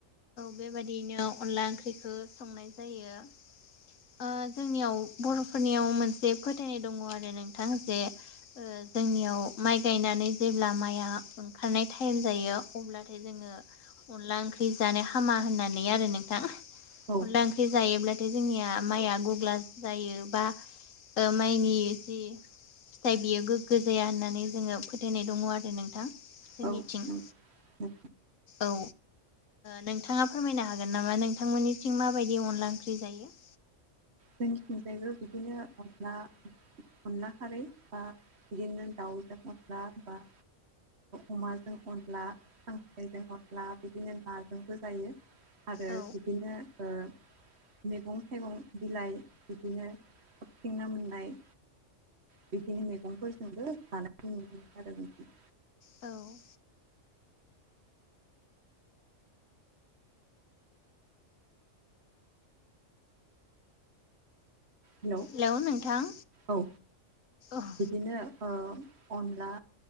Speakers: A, on the left; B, on the right.
A: बेबायाददियनो अनला ओंख्रिखौ संनाय जायो जोंनियाव बर'फोरनियाव मोनसे फोथायनाय दङ आरो नोंथां जे जोंनियाव माइ गायनानै जेब्ला माइआ ओंखारनाय टाइम जायो अब्लाथाय जोङो अनला ओंख्रि जानो हामा होननानै आरो नोंथां।
B: औ
A: अनला ओंख्रि जायोब्लाथाय जोंनिया माइआ गग्ला जायो बा माइनि जि फिथाइ बियो गोग्गो जाया होननानै जोङो फोथायनाय दङ आरो नोंथां। जोंनिथिं
B: औ उम उम
A: औ नोंथाङा फोरमायनो हागोन नामा नोंथांमोननिसिं माबायदि अनला ओंख्रि जायो।
B: जोंनिथिंजायबो बिदिनो अन्ला अनला खारै बा <unintelligible> अमाजों अनला खांख्रायजों अनला बिदिनो नाजोंबो जायो। आरो
A: औ
B: बिदिनो ओ मैगं थाइगं बिलाइ बिदिनो हाबथिं नना मोननाय बिदिनो मैगंफोर जोंबो जानाय ल आरो बिदि
A: औ
B: हेल'
A: हेलौ नोंथां
B: औ ओ
A: औ
B: बिदिनो अनला